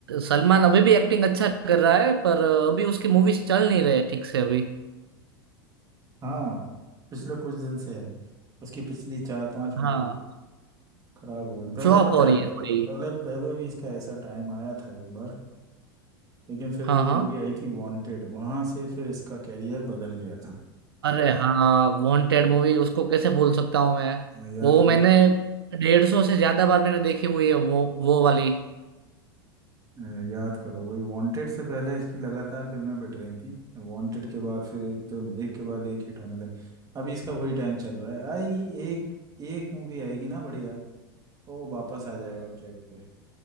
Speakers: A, on the right; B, on the right.
A: सलमान अभी भी एक्टिंग अच्छा कर रहा है पर अभी उसकी मूवीज चल नहीं रहे ठीक से अभी
B: हाँ पिछले कुछ दिन से है उसकी पिछली चार पांच
A: हाँ
B: मूवी खराब हो गई पहले
A: फ्लॉप
B: पता
A: हो रही
B: है
A: है थोड़ी
B: पहले पहले भी इसका ऐसा टाइम आया था एक बार लेकिन फिर
A: हाँ
B: वो मूवी
A: हाँ
B: आई थी वांटेड वहां से फिर इसका कैरियर बदल गया था
A: अरे हाँ वांटेड मूवी उसको कैसे भूल सकता हूँ मैं
B: अ, याद
A: वो
B: करो
A: मैंने डेढ़ सौ से ज्यादा बार मैंने देखी हुई है वो वो वाली
B: अ, याद करो वही वांटेड से पहले इसकी लगातार फिल्में पिट रही थी वांटेड के बाद फिर एकदम एक के बाद एक हिट होने लगी अभी इसका वही टाइम चल रहा है आएगी एक एक मूवी आएगी ना बढ़िया वो वापस आ जाएगा ट्रैक